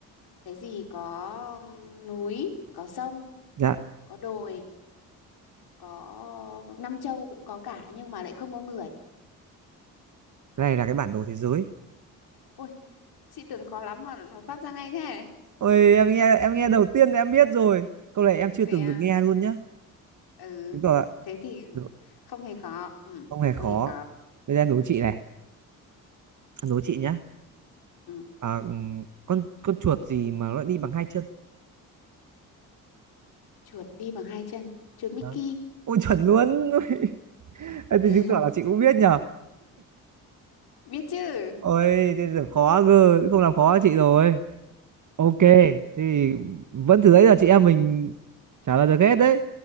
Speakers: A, on the left; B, on the right.
A: cái gì có núi có sông
B: dạ
A: có đồi có năm châu cũng có cả nhưng mà lại không có người
B: cái này là cái bản đồ thế giới
A: ôi chị tưởng khó lắm mà mà phát ra ngay thế
B: Ôi em nghe em nghe đầu tiên thì em biết rồi. Câu này em chưa
A: thế
B: từng
A: à
B: được nghe luôn nhá.
A: ừ
B: Chứng tỏ là
A: thế thì
B: đố-
A: không hề khó ừ
B: không hề
A: không
B: khó.
A: hề khó
B: Bây giờ em đố
A: ừ.
B: chị này, em đố chị nhá.
A: Ừ.
B: À, ừm, con con chuột gì mà nó đi bằng hai chân?
A: chuột đi bằng hai chân chuột Mickey
B: Đó. Ôi chuẩn luôn. <laughs> Ôi, thế
A: <laughs>
B: thì chứng tỏ là chị cũng biết nhở.
A: biết chứ
B: Ôi thế giờ khó cơ, không làm khó chị rồi. Ok,
A: ừ.
B: thế thì vẫn thử đấy là chị em mình trả lời được hết đấy.